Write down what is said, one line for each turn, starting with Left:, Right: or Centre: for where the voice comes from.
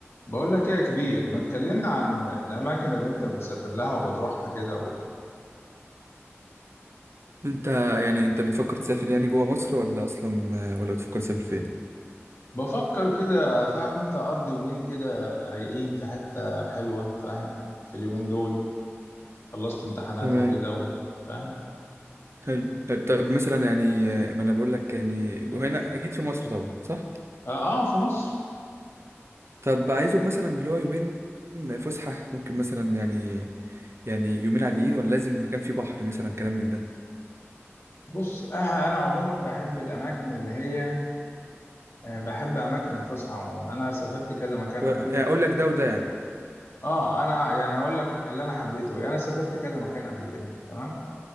Left: بقول لك ايه يا كبير ما تكلمنا عن الاماكن اللي انت بتسافر لها وبتروحها كده و...
Right: انت يعني انت بتفكر تسافر يعني جوه مصر ولا اصلا ولا بتفكر تسافر فين
Left: بفكر كده فاهم انت اقضي يومين كده رايقين في حتة حلوة فاهم في اليومين دول خلصت امتحانات
Right: تمام
Left: وكده و... فاهم
Right: حلو حلو. طب مثلا يعني آه، ما انا بقول لك يعني جوه هنا اكيد في مصر طبعا صح
Left: اه, آه في مصر
Right: طب عايزهم مثلا اللي هو يومين فسحة ممكن مثلا يعني يعني يومين عاديين ولا لازم مكان فيه بحر مثلا كلام من ده
Left: بص آه انا عموما بحب الاماكن اللي هي آه بحب اماكن الفسحة عموما انا سافرت كذا مكان
Right: و-
Left: قبل
Right: يعني
Left: كده
Right: اقول لك ده وده يعني
Left: اه انا يعني هقول لك اللي انا حبيته إيه. انا سافرت كذا مكان قبل كده تمام